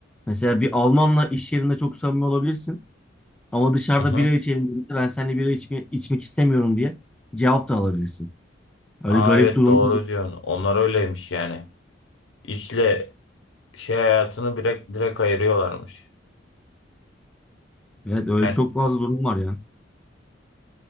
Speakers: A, in the centre; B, on the left (about 85°).
A: Mesela bir Almanla iş yerinde çok samimi olabilirsin ama dışarıda
B: Hı hı.
A: bira içelim dediğinde ben seninle bira içme, içmek istemiyorum diye cevap da alabilirsin. Öyle
B: Aa
A: garip
B: evet
A: durumlar.
B: doğru diyorsun. Onlar öyleymiş yani. İşle şey hayatını direkt direkt ayırıyorlarmış.
A: Evet öyle
B: Yani
A: çok fazla durum var ya.